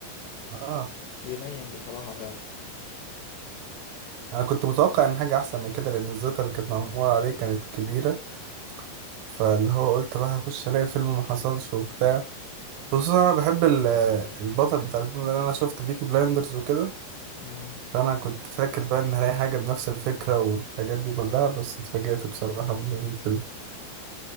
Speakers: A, on the right; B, on the left.
A: اه
B: ينيم بصراحة فعلا
A: انا كنت متوقع ان حاجه احسن من كده لان الزيطه اللي كانت معموله عليه كانت كبيره فاللي هو قلت بقى هخش الاقي فيلم ما حصلش وبتاع خصوصا انا بحب ال- البطل بتاع الفيلم ده لأن انا شفت بيكي بلايندرز وكده
B: مم.
A: فانا كنت فاكر بقى ان هلاقي حاجه بنفس الفكره والحاجات دي كلها بس اتفاجئت بصراحه من الفيلم